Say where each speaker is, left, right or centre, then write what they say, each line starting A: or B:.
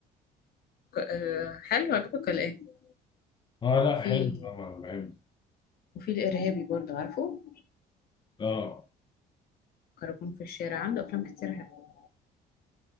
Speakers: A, on the left (about 65°); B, on the left (about 30°).
A: ك- آه، حلو عجبك ولا ايه
B: اه لا
A: وفي
B: حلو طبعا بحبه
A: وفي الارهابي برضه عارفه
B: اه
A: كراكون في الشارع عنده افلام كتير حلوة.